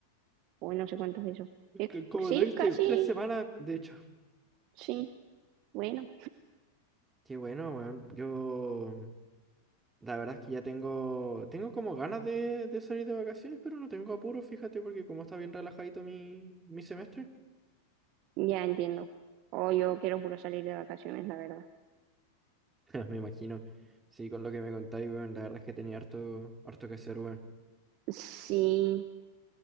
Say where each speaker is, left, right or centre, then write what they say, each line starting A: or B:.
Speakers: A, on the right; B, on the right.
A: Uy, no sé cuánto es eso. Eh,
B: C- Como
A: sí,
B: trajiste
A: casi.
B: tres semanas, de hecho.
A: Sí, bueno,
B: Qué bueno, weón. Yo, la verdad es que ya tengo, tengo como ganas de, de salir de vacaciones, pero no tengo apuro, fíjate, porque como está bien relajadito mi, mi semestre.
A: ya entiendo. Oh, yo quiero puro salir de vacaciones, la verdad.
B: <laughs> Me imagino. Sí, con lo que me contáis, weón, la verdad es que tenía harto, harto que hacer, weón.
A: Sí,